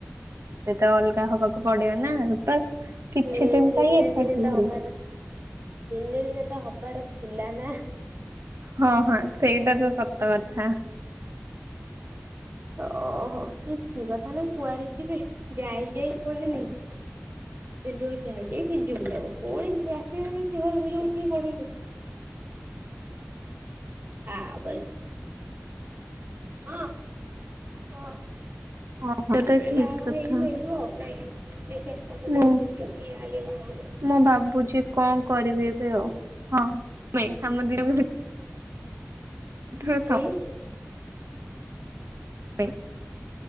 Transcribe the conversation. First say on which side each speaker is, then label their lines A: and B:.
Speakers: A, on the right (about 85°); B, on the right (about 60°).
A: ସେତ ଅଲଗା ହବାକୁ ପଡିବ ନା। ବାସ୍ କିଛି
B: ହୁଁ
A: ଦିନ
B: ଦିନେ
A: ପାଇଁ ଏକାଠି
B: ଦିନେ ତ
A: ହେଲେ।
B: ହବାର ଦିନେ ଦିନେ ତ ହବାର ଥିଲା ନା।
A: ହଁ ହଁ ସେଇଟା ତ ସତ କଥା।
B: ଓହୋ। କିଛି କଥା ନାଇଁ କୁଆଡେ ଯିବେ ଯାଇ ଯାଇ କୁହତିନି ଏଣ୍ଡୁଅ ଯାଇ ଯାଇ ସିଜୁ ବୁଦାକୁ, ଫୁଣି ଆସିବେନି ସେ ଘରକୁ ଯୋଉ ଠି ବି ପଢନ୍ତୁ। ତା ପରେ ହଁ ହଁ,
A: ଓହୋ।
B: ଯେତେବେଳେ
A: ଏଟା ତ ଠିକ
B: ବାହାଘର
A: କଥା
B: ହେଇଯିବ ହେଇଯିବ ଆଉ ନାଇଁ କି? ଦେଖିବା ତମ
A: ମୁଁ
B: ଦିଜଣ ଭିତରୁ କିଏ ଆଗେ ବାହା ହୋଉଛି?
A: ମୁଁ ଭାବୁଛି କଣ କରିବି ଏବେ ଆଉ। ହଁ ଭାଇ ଆମ ଦି ଜଣଙ୍କୁ ହୁଁ
B: ହଁ
A: ମୁଁ